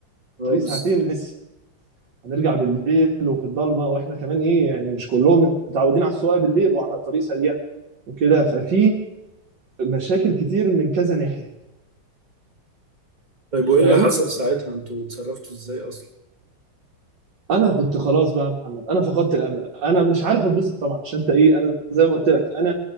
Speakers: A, on the right (about 55°); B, on the right (about 20°).
A: الطريق
B: اه بالظبط
A: ساعتين لسه هنرجع بالليل وفي الضلمه واحنا كمان ايه يعني مش كلهم متعودين على السواقه بالليل وعلى طريق سريع وكده ففي مشاكل كتير من كذا ناحيه
B: طيب وايه
A: فاهم
B: اللي حصل ساعتها انتوا اتصرفتوا ازاي اصلا
A: انا كنت خلاص بقى يا محمد انا فقدت الامل انا مش عارف اتبسط طبعا عشان انت ايه انا زي ما قلت لك انا